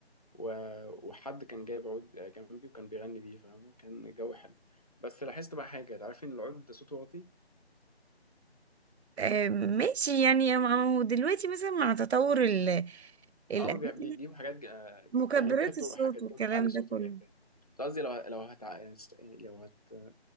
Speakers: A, on the left; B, on the right.
A: و- وحد كان جايب عود جنبي وكان بيغني بيه فاهم كان الجو حلو بس لاحظت بقى حاجة عارفين ان العود ده صوته واطي
B: آه، ماشي يعني ما هو دلوقتي مثلا مع تطور ال- الآلات
A: اه بي- بيجيبوا حاجات ج- آه، ج-
B: مكبرات
A: يعني هو بيحطوا
B: الصوت
A: حاجات
B: والكلام
A: جنبه تعلي صوته
B: ده كله
A: كده كده بس قصدي لو لو هتع... لو هت...